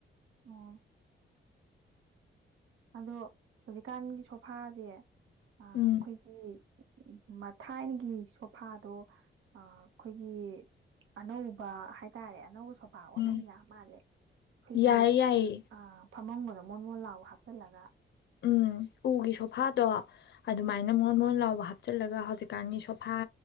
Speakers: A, on the right; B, on the left.
A: ꯑꯣ ꯑꯗꯣ ꯍꯧꯖꯤꯛꯀꯥꯟꯒꯤ ꯁꯣꯐꯥꯁꯦ ꯑ ꯑꯩꯈꯣꯏꯒꯤ
B: ꯎꯝ
A: ꯎ ꯃꯊꯥꯏꯅꯒꯤ ꯁꯣꯐꯥꯗꯣ ꯑ ꯑꯩꯈꯣꯏꯒꯤ ꯑꯅꯧꯕ ꯍꯥꯏꯇꯥꯔꯦ ꯑꯅꯧꯕ ꯊꯣꯕꯥ ꯑꯣꯅꯟ
B: ꯎꯝ
A: ꯌꯥ ꯃꯥꯜꯂꯦ ꯑꯩꯈꯣꯏꯒꯤ
B: ꯌꯥꯏꯌꯦ ꯌꯥꯏꯌꯦ
A: ꯑ ꯐꯃꯝꯒꯗ ꯃꯣꯟ ꯃꯣꯟ ꯂꯑꯣ ꯍꯥꯞ ꯆꯠꯂꯒ
B: ꯎꯝ ꯎꯒꯤ ꯁꯣꯐꯥꯗꯣ ꯑꯗꯨꯃꯥꯏꯅ
A: ꯎꯝ
B: ꯃꯣꯟ ꯂꯣꯟ ꯂꯥꯎꯕ ꯍꯥꯞ ꯆꯠꯂꯒ ꯍꯧꯖꯤꯛꯀꯥꯟꯒꯤ ꯁꯣꯐꯥ